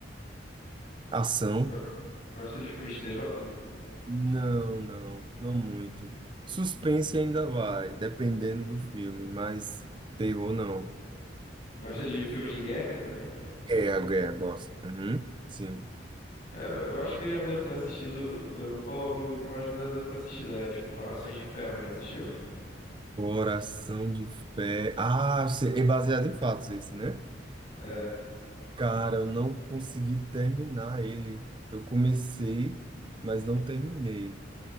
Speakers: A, on the right (about 25°); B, on the left (about 50°).
A: Ação,
B: Go- Gosta de filmes de terror?
A: não, não, não muito. Suspense ainda vai, dependendo do filme, mas terror não.
B: Gosta de filmes de guerra também?
A: Guerra, guerra, gosto. Uhum, sim.
B: É, eu acho que já deve ter assistido. Eu vou falar alguns aqui, mas acho que já deve ter assistido. É tipo Corações de Ferro, já assistiu?
A: Coração de Ferro. Ah, você- é baseado em fatos isso, né?
B: É, é
A: Cara, eu não consegui terminar ele. Eu comecei, mas não terminei.